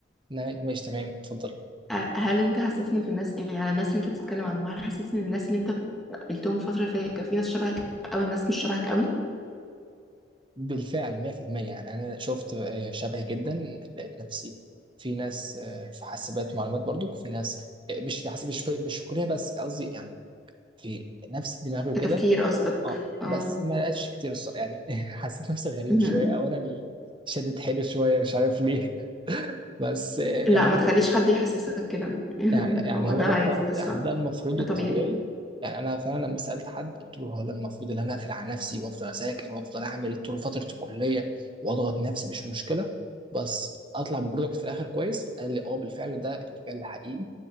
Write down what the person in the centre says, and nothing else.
آه، هل انت حسيت ان في الناس يعني على الناس اللي انت بتتكلم عنهم هل حسيت ان الناس اللي انت قابلتهم الفتره اللي فاتت كان في ناس شبهك قوي ناس مش شبهك قوي
كتفكير قصدك
اه
<laughs>
لا ما تخليش حد يحسسك كده <laughs>
هو
ده
عادي
ده
صح
ده
طبيعي